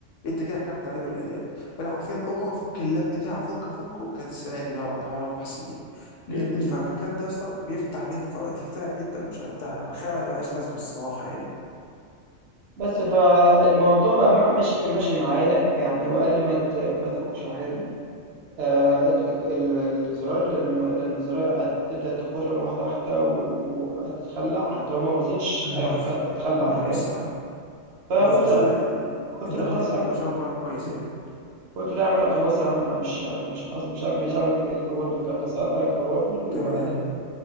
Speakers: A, on the left; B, on the right.
A: انت كده حكمت عليه بالاعدام فانا حرفيا اول ما افك اللاب بتاعي افك افكه كانت السنه دي اللي هو بعد حوالي اربع سنين لان
B: إمم،
A: الفركان
B: إمم.
A: ده اصلا بيفتح عليك فواتير تانية انت مش قدها بخير ما لهاش لازمه الصراحه يعني
B: بس فالموضوع بقى ما ماشي كان ماشي معايا، يعني هو قال لي: "ما ت ما تفكش الحاجة دي." آه، ال- الك- ال- الزراير لان لان الزراير هتبدأ تكر واحدة واحدة و- وهتتخلع حتى لو ما باظتش
A: موافق
B: أك- أت- اتخلع
A: موافق
B: فاهم
A: الصراحه
B: فقلت
A: موافق خصوصا
B: لا
A: ان
B: قلت
A: إن
B: لا
A: لابك
B: خلاص
A: انت
B: يا عم
A: ما شاء الله عليه كويس
B: مم.
A: يعني
B: قلت له يا عم لا خلاص يا عم انا مش مش خلاص مش هعمل- مش هعمل الك- الكوبرد والكلام ده صراحة فعلا خوفني وقال
A: تمام
B: لي لا